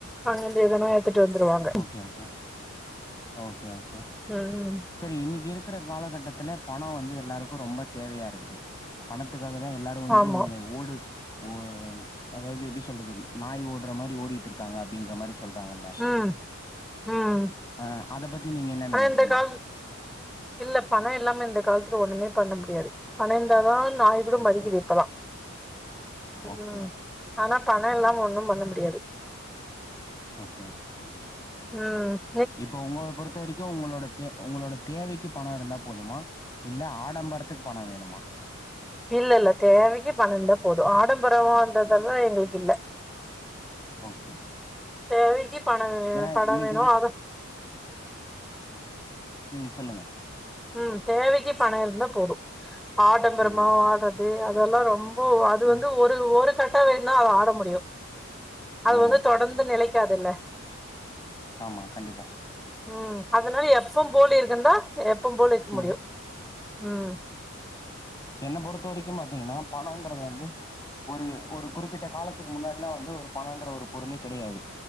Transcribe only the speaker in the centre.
அங்கிருந்து எதனா த்துட்டு வந்துருவாங்க
ம்
ஆமா
ம் ம்
ஆனா
இந்த கால் இல்ல பணம் இல்லாம இந்த காலத்துல ஒண்ணுமே பண்ண முடியாது பணம் இருந்தா தான் நாய் கூட
மதிக்குது இப்பல்லா ம்
ஆனா பணம் இல்லாம ஒண்ணும் பண்ண முடி டியாது
உம்
இல்ல இல்ல தேவைக்கு பணந்தா போதும் ஆடம் பற வான்ட்றதல்லா
எங்களுக்கு இல்லை
தேவைக் க்கி பணோ வேணும்
படம்
வேணும்
அத
உம் தேவைக்கு பணோ இருந்தா போதும் ஆடம்பரமா
ஆட்றது அதெல்லாம் ரொம்ப அது
வந்து ஒரு ஒரு கட்டம் வரைந்தான் அதை ஆட முடியும் அது
வந்து தொடர்ந்து நிலைக்காதுல்ல
உம் அதனால எப்பவும் போலிருக்குந்தா போல் ‌இருக்க முடியும்
உம் உம்